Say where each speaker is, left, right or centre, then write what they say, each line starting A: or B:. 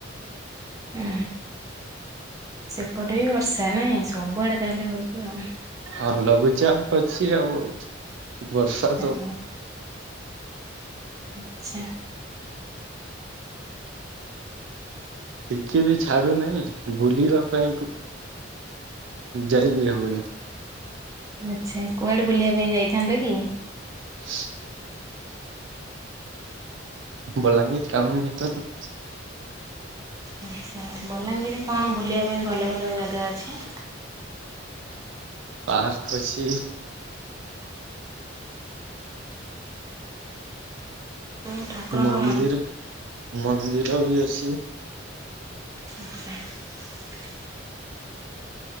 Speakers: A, on the right; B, on the right.
A: ଓ ସେପଟେ ବି ବର୍ଷା ନାଇଁ ସବୁଆଡେ ତାହେଲେ ହଉଛି ଆଉ।
B: ହଁ ଲଘୁଚାପ ଅଛି ଆଉ ବର୍ଷା
A: ଆଚ୍ଛା
B: ତ
A: ଆଚ୍ଛା।
B: ଟିକେ ବି ଛାଡୁନାହିଁ ବୁଲିବା ପାଇଁ ଯାଇ ବିି ହଉନି।
A: ଆଚ୍ଛା କୁଆଡେ ବୁଲିବା ପାଇଁ ଯାଇଥାନ୍ତା କି?
B: <unintelligible> ବଲାଙ୍ଗୀର ଟାଉନ୍ ଭିତର।
A: ଆଚ୍ଛା ବଲାଙ୍ଗୀର କଣ ବୁଲିବା ପାଇଁ ଭଲ ଭଲ ଜାଗା ଅଛି?
B: ପାର୍କ ଅଛି।
A: କୋଉ ଠାକୁରଙ୍କ
B: ମନ୍ଦିର ମନ୍ଦିର ବି ଅଛି।
A: ଆଚ୍ଛା।